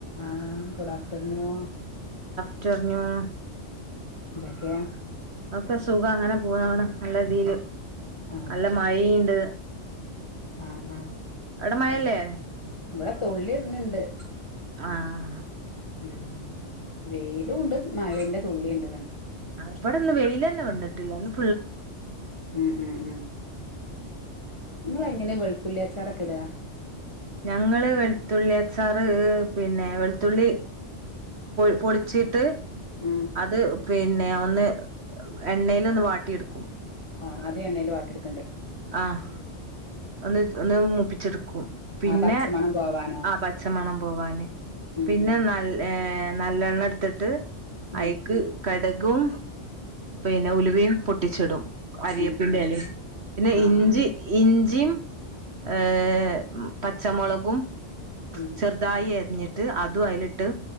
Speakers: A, on the left (about 25°); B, on the right (about 60°).
A: ആഹ് good afternoon
B: റ്റർനൂൺ
A: ന്തക്കെയാ
B: ഒക്കെ സുഖം അങ്ങനെ പൂവാണ് നല്ല ഇതീല്
A: ആഹ്
B: നല്ല മയീണ്ട്
A: ആഹ് ആഹ്
B: അവിടെ മഴല്ലേ
A: <unintelligible> ഇവടെ <inaudible> ണ്ട്
B: ആഹ്
A: ഉം വെയിലൂണ്ട് മയേൻ്റ തുള്ളീണ്ട്
B: ആഹ് ഇവടിന്ന് വെയിലന്നെ <inaudible> ട്ടി <inaudible>
A: ഉം ഉം ഉം ഇങ്ങളെങ്ങനേ <inaudible> ഉള്ളിയച്ചാറൊക്കെ ഇട്ആ
B: ഞങ്ങള് വെളുത്തുള്ളിയച്ചാറ് പിന്നേ വെളുത്തുള്ളി പൊയ് പൊളിച്ചീട്ട്
A: ഉം
B: അത് <inaudible> പിൻ ന്നെ ഒന്ന് എണ്ണേല് ട്ടൊന്ന് വാട്ടിയെടുക്കും
A: ആഹ് ആദ്യം എണ്ണേല് വാട്ടിയെടുക്
B: ആഹ് ഒന്ന്ച് ഒന്ന് മൂപ്പി ച്ചെടു ക്കും. പിന്നെ
A: ആ പച്ചമണം പോവാനോ
B: ആഹ് പച്ചമണം പോവാന്
A: ഉം
B: പിന്നെ
A: ഉം
B: നൽ ഏ നല്ലെണ്ണെടുത്തിട്ട്
A: ഉം
B: അയിക്ക് കടുക് കും പിന്നെ ഉലുവയും പൊട്ട് ട്ടിച്ചിടും. കരിയേപ്പിൻ്റ
A: ഉം ഉം
B: എലേം പിന്നെ
A: ആഹ്
B: ഇഞ്ചി
A: ആഹ്
B: ഇൻ ഞ്ചിം ഏഹ് പച്ചമൊളകും
A: ഉം
B: ചെറുതായി അരിഞ്ഞി ട്ട് അതു അതിലിട്ട്